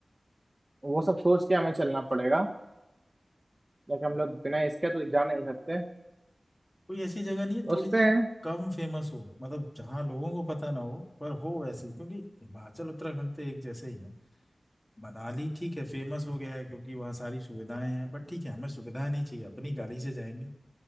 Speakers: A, on the right (about 30°); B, on the left (about 20°).
A: वो सब सोच के हमें चलना पड़ेगा लेकिन हम लोग बिना इसके तो जा नहीं सकते
B: कोई ऐसी जगह नहीं है
A: सोचते
B: थोड़ी सी
A: हैं
B: कम फेमस हो मतलब जहाँ लोगों को पता ना हो पर हो वैसी क्योंकि हिमाचल उत्तराखंड तो एक जैसे ही है। मनाली ठीक है फेमस हो गया है क्योंकि वहाँ सारी सुविधाएं हैं बट ठीक है हमें सुविधाएं नहीं चाहिए अपनी गाड़ी से जाएंगे